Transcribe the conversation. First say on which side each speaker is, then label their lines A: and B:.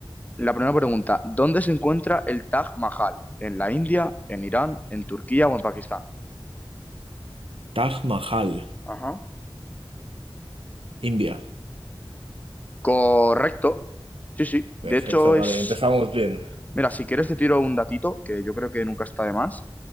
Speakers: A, on the left; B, on the right.
A: la primera pregunta, ¿dónde se encuentra el Taj Mahal? ¿En la India, en Irán, en Turquía o en Pakistán?
B: Taj Mahal,
A: Ajá.
B: India.
A: Correcto. Sí, sí. De
B: Perfecto,
A: hecho, es
B: vale, empezamos bien.
A: Mira, si quieres te tiro un datito, que yo creo que nunca está de más.